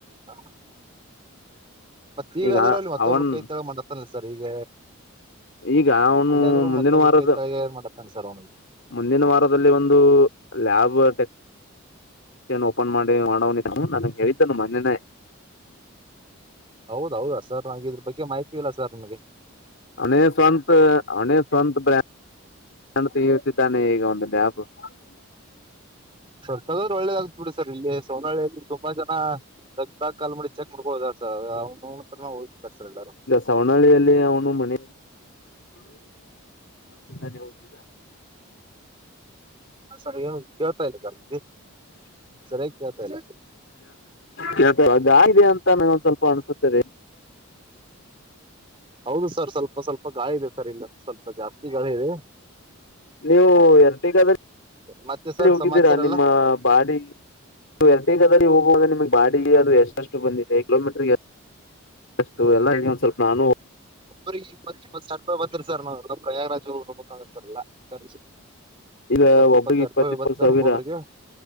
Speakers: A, on the right; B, on the left.
A: ಹಾ. ಮತ್ತ ಈಗಾದ್ರರು
B: ಈಗ
A: ಅಲ್ಲಿ ಮತ್ತೊಬ್ರು
B: ಅವನ್
A: ಕೈ ತೆಲಗ ಮಾಡತ್ತಲ್ಲ ಸರ್ ಈಗ.
B: ಈಗ ಅವನು
A: ಅಲ್ವೇ ಆದ್ರೂ
B: ಮುಂದಿನ
A: ಮತ್ತೊಬ್ಬ್ರ
B: ವಾರದ
A: ಕೈತ ಏ್ ಮಾಡತಾನೆ ಸರ್ ಅವನಿಗೆ.
B: ಮುಂದಿನ ವಾರದಲ್ಲಿ ಒಂದು ಲ್ಯಾಬ್ ಟೆಕ್. ಓಪನ್ ಮಾಡಿ ಮಾಡ್ವಾನ್ ಇದ್ನ ಅವನು ನಂಗೆ ಹೇಳಿದ್ದನು ಮೊನೆ.
A: ಹೌದ ಹೌದಾ ಸರ್ ನ್ ಇದ್ರ ಬಗ್ಗೆ ಮಾಹಿತಿ ಇಲ್ಲ ಸರ್ ನನ್ಗೆ.
B: ಅವನೇ ಸ್ವಂತ ಅವನೇ ಸ್ವಂತ ಬ್ರ್ಯಾಂಡ್ಂಡ ತತಿದ್ದಾನೆ ಈಗ ಒಂದು ಲ್ಯಾಬ್. <unintelligible>
A: ಸರ್ ತಗದ್ರ ಒಳ್ಳೇದಾಗಗ್ತ ಬಿಡಿ ಸರ್ ಇಲ್ಲಿ ಸೋನಳಿಯಲ್ಲಿ ತುಂಬಾ ಜನ ರಕ್ತ ಕಲ್ಮಡಿ ಚಕ್. ಮುಡ್ಕೋದರ್ ಅವತ್ರರ <unintelligible> ಇಲ್ಲಾರು.
B: ಸವನಳ್ಳಿಯಲ್ಲಿ ಅವನು ಮನ. <unintelligible>
A: ಸರ ಏನು ಕೇಳ್ತಾ ಇಲ್ಲ ಕಾಂತೇತಿ ಸರಿಯಾಗಿ ಕೇಳ್ತಾ ಇಲ್ಲ.
B: ಕೆಳ್ತ ಗಾಳಿಇದೆ ಅಂತಾನು ಸ್ವಲ್ಪ ಅನ್ಸುತ್ತದೆ.
A: ಹೌದು ಸರ್ ಸ್ವಲ್ಪ ಸ್ವಲ್ಪ ಗಾಳಿ ಇದೆ ಸರ್ ಇನ್ನ ಸ್ವಲ್ಪ ಜಾಸ್ತಿ ಗಾಳಿ ಇದೆ.
B: ನೀವು ಎರಟಿಗಾದ
A: ಮತ್ತೆ ಸರ್
B: ಹೋಗಿದ್ದೀರಾ
A: ಸಮಾಚಾರ ಎಲ್ಲ
B: ನಿಮ್ಮ ಬಾಡಿ. ಎರಡಗದದಲ್ಲಿ ಹೋಗುವಾಗ ನಿಮಗ್ ಬಾಡಿಗೆ ಅದು ಎಷ್ಟು ಬಂದಿದೆ ಕಿಲೋಮೀಟರ್. ಅಷ್ಟು ಎಲ್ಲ ಒಂದ ಸ್ವಲ್ಪ ನಾನು.
A: ಇಬ್ರಿ ಇಪ್ಪತ್ ಇಪ್ಪತ್ ಸಾವಿರ ರೂಪಾಯಿ ಬಂತ್ರಿ ಸರ್ ನ ಪ್ರಯಾಗಾಜ್ರುೋಗಬೇಕ್ರರ್ ಸರ್ ಎಲ್ಲಖರ್ಚು.
B: ಈಗ
A: ಪತ್ತ ಇಪ್ಪತ್
B: ಒಬ್ರಿಗೆ
A: ಸಾವಿರ ರೂಪಾಯಿ ಒಬತ್ತು
B: ಇಪ್ಪತ್
A: ಸರ್
B: ಸಾವಿರ
A: ಒಬ್ಬೊಬ್ರಿಗೆ.